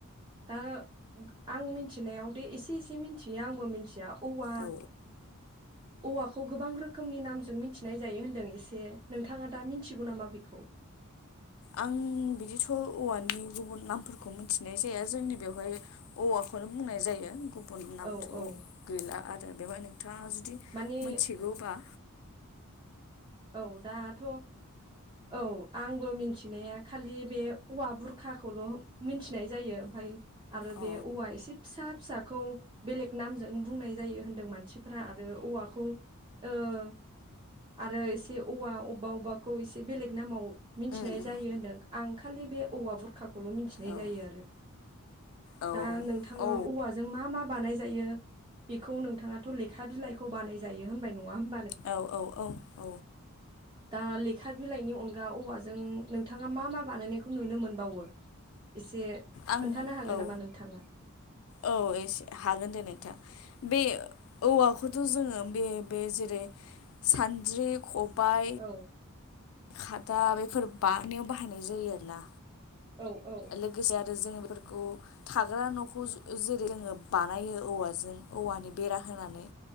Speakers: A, on the right; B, on the left.
A: दा ओं आं मिनथिनायाव दे एसे एसे मिनथियो आंबो मिनथियाव औवा
B: औ
A: औवाखौ गोबां रोखोमनि नामजों मिनथिनाय जायो होन्दों एसे नोंथाङा दा मिनथिगौ नामा बेखौ?
B: आं बिदिथ औवानि गुबुन नामफोरखौ मिथिनाय जाया जोंनि बेवहाय औवाखौनो बुंनाय जायो। गु बुन नामथ
A: औ औ
B: गैला आरो बेवहाय नों थाङा जुदि
A: माने
B: मोनथिगौबा
A: औ दाथ औ आंबो मिन थिनाया खालि बे औवा बुर खाखौल मिनथिनाय जायो ओमफाय आरो
B: अ
A: बे औवा एसे फिसा फिसाखौ बेलेग नामजों बुंनाय जायो होनदों मानसि फोरा आरो औवाखौ ओ आरो ए से औवा अबबा अबबाखौ एसे बेलेग नामाव मिनथिनाय
B: उम
A: जायो होनदों आं खालि बे औवा बुरखा खौल मिनथिनाय
B: उम
A: जायो आरो।
B: औ
A: दा नोंथाङा
B: औ
A: औवाजों मा मा बानाय जायो बेखौ नोंथाङाथ लेखा बिलाइखौ बानाय जायो होमबाय नङा होम
B: औ औ औ औ
A: दा लेखा बिलाइनि अनगा औवाजों नोंथाङा मा मा बानायनायखौ नुनो मोनबावो एसे
B: आं
A: खोन्थानो हागोन
B: औ
A: नामा नोंथाङा
B: औ एसे हागोन देनै बे औवाखौथ जोङो बे बे जेरै सानद्रि ख बाय
A: औ
B: खादा बेफोर बानायनायाव बाहायनाय जायो आरोना
A: औ औ
B: लोगोसे आरो जों बे फोरखौ थाग्रा नखौ जेरै जोङो बानायो औवाजों औवानि बेरा होनानै